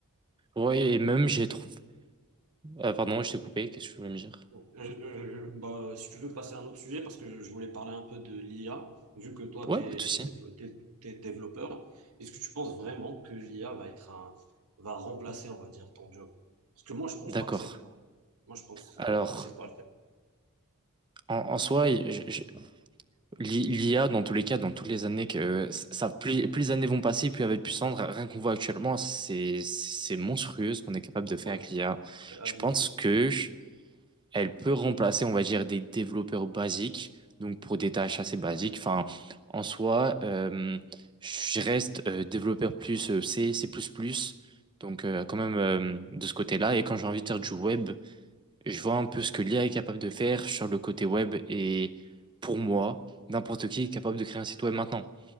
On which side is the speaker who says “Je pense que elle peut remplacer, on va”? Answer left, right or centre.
Right